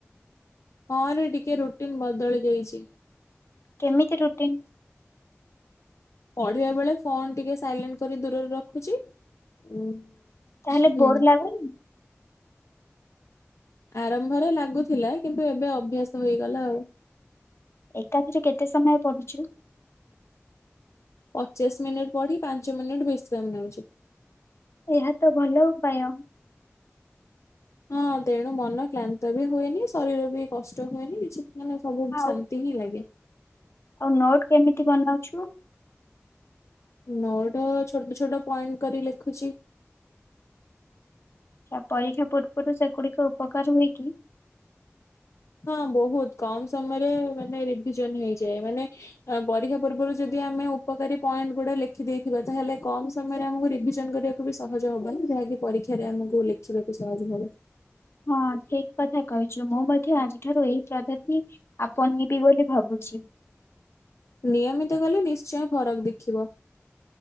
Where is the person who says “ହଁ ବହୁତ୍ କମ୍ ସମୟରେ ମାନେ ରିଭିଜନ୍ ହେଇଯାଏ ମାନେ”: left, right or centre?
Left